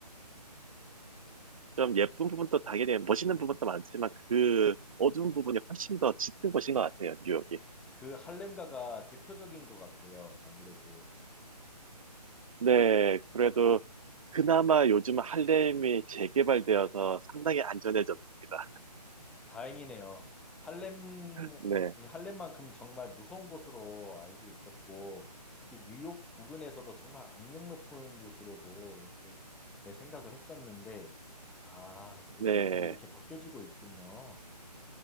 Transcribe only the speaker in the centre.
그 할렘가가 대표적인 것 같아요. 아무래도
다행이네요. 할렘,
이 할렘만큼 정말 무서운 곳으로 알고 있었고, 이 뉴욕 부근에서도 정말 악명 높은 곳으로도 이렇게 생각을 했었는데, 아, 또
이제 요즘 이렇게 바뀌어지고 있군요.